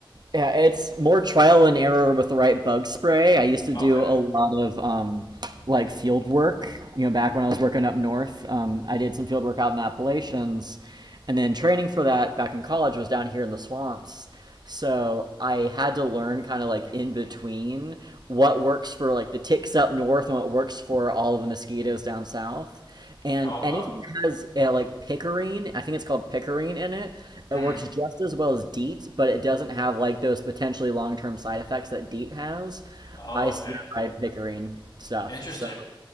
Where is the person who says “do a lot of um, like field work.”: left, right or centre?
Right